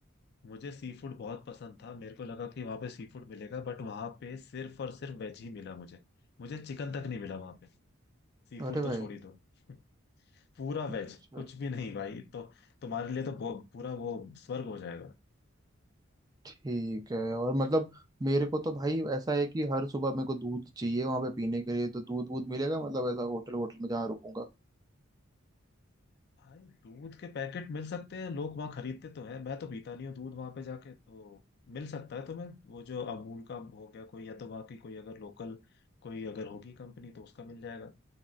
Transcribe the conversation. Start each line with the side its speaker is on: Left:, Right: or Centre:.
Left: मुझे सी फूड बहुत पसंद था मेरे को लगा कि वहां पे सी फूड मिलेगा बट वहां पे सिर्फ और सिर्फ वेज ही मिला मुझे मुझे चिकन तक नहीं मिला वहां पे सी
Right: अरे
Left: फूड
Right: भाई
Left: तो छोड़ ही दो <laughs> पूरा
Right: अच्छा
Left: वेज कुछ भी नहीं भाई तो तुम्हारे लिए तो बहु- पूरा वो स्वर्ग हो जाएगा
Right: ठीक है और मतलब मेरे को तो भाई ऐसा है कि हर सुबह मेरे को दूध चाहिए वहाँ पे पीने के लिए तो दूध वूध मिलेगा मतलब ऐसा होटल होटल में जहाँ रुकूंगा
Left: भाई दूध के पैकेट मिल सकते हैं लोग वहां खरीदते तो हैं मैं तो पीता नहीं हूँ दूध वहां पे जाके तो मिल सकता है तुम्हें वो जो अमूल का हो गया कोई या तो वहाँ की कोई अगर लोकल कोई अगर होगी कंपनी तो उसका मिल जाएगा